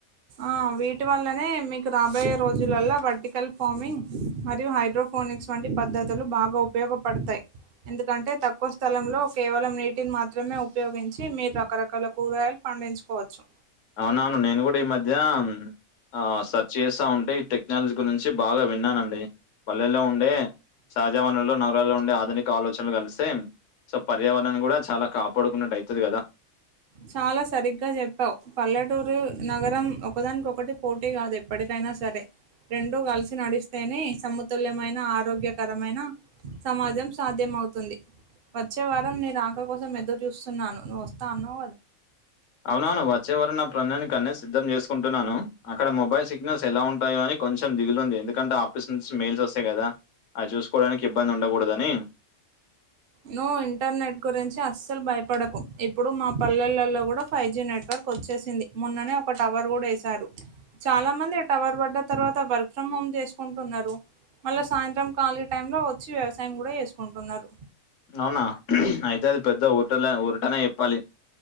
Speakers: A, on the right; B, on the left.
A: ఆ వీటి వల్లనే మీకు రాబోయే రోజులలా వర్టికల్ ఫార్మింగ్ మరియు హైడ్రో ఫోనిక్స్ వంటి పద్ధతులు బాగా ఉపయోగపడతాయి ఎందుకంటే తక్కువ స్థలంలో కేవలం విటిని మాత్రమే ఉపయోగించి మీరు రకరకాల కూరగాయలు పండించుకోవచ్చు
B: అవునవును నేను కూడా ఈ మధ్య ఆ సెర్చ్ చేస్తా ఉంటే ఈ టెక్నాలజీ గురించి బాగా విన్నానండి పల్లెల్లో ఉండే సహజా వనరుల్లో నగరాల్లో ఉండే ఆధునిక ఆలోచనలు కలిస్తే సో పర్యావరణ కూడా చాలా కాపాడుకున్నట్టు అవుతుది కదా
A: చాలా సరిగ్గా చెప్పావు పల్లెటూరు నగరం ఒకదానికొకటి పోటీ కాదు ఎప్పటికైనా సరే రెండో కలిసి నడిస్తేనే సమతుల్యమైన ఆరోగ్యకరమైన సమాజం సాధ్యం అవుతుంది వచ్చే వారం నీ రాక కోసం ఎదురు చూస్తున్నాను నువ్వు వస్తా అనో
B: అవునవును వాచ్చేవారం ప్రణని కన్న సిద్ధం చేసుకుంటున్నాను అక్కడ మొబైల్ సిగ్నల్స్ ఎలా ఉంటాయో అని కొంచెం దిగులుంది ఎందుకంటే ఆఫిస్ నుంచి మెయిల్స్ వస్తాయి కదా అవి చూసుకోవడానికి ఇబ్బంది ఉండకూడదని,
A: నువ్వు ఇంటర్నెట్ గురించి అస్సలు భయపడకు ఇప్పుడు మా పల్లెలలో కూడా ఫైవ్ జీ నెట్వర్క్ వచ్చేసింది మొన్ననే ఒక టవర్ కూడా వేశారు చాలా మంది ఆ టవర్ పడ్డ తర్వాత వర్క్ ఫ్రమ్ హోమ్ చేసుకుంటున్నారు మళ్ళా సాయంత్రం ఖాళీ టైమ్ లో వచ్చి వ్యవసాయం కూడా చేసుకుంటున్నారు
B: అవునా అయితే అది పెద్ద ఊటల ఊరటనే చెప్పాలి